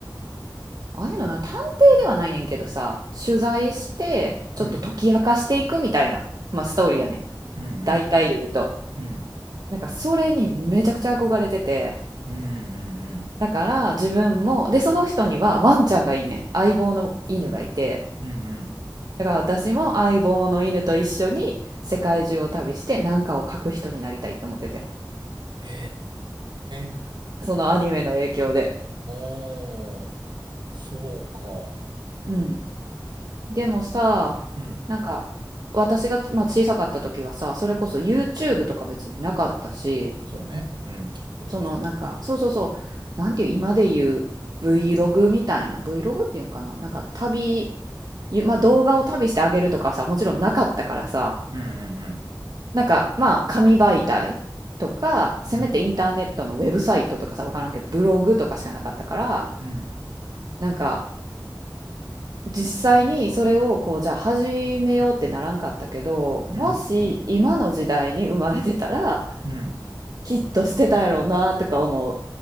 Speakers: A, on the right; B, on the right.
A: ああいうのな、探偵ではないねんけどさ、取材して、ちょっと解き明かしていくみたいな、
B: うん。
A: まあ、ストーリーやね。
B: うん。
A: 大体で言うと。
B: うん。うん。
A: なんかそれにめちゃくちゃ憧れてて、
B: うん。
A: だから自分も、で、その人にはワンちゃんがいんねん。相棒の犬がいて。
B: うん。うん。
A: だから私も相棒の犬と一緒に世界中を旅して何かを書く人になりたいって思っててん。
B: へえ。
A: そのアニメの影響で。
B: おー。そうか。
A: うん。でもさ、
B: うん。
A: なんか私が、まあ、小さかった時はさ、それこそ YouTube とか別になかったし、
B: そうね。うん、きっと。
A: そのなんか、
B: うん、
A: そうそうそう、なんていう、今で言う Vlog みたいな、Vlog っていうんかな、なんか旅、ゆまあ、動画を旅してあげるとかさ、もちろんなかったからさ、
B: うん、うん、
A: なんかまあ紙媒体とかせめてインターネットのウェブサイトとかさ分からんけどブログとかしかなかったから
B: うん、うん、うん、
A: なんか実際にそれをこうじゃあ始めようってならんかったけどもし今の時代に生まれてたら
B: うん。うん
A: きっとしてたやろうなとか思う